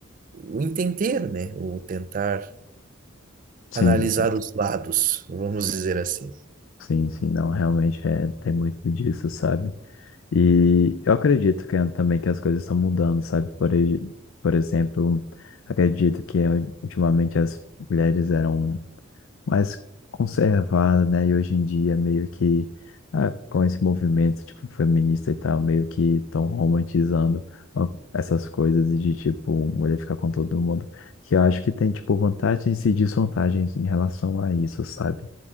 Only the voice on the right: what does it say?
o entender, né? O tentar
analisar
os lados, vamos dizer assim.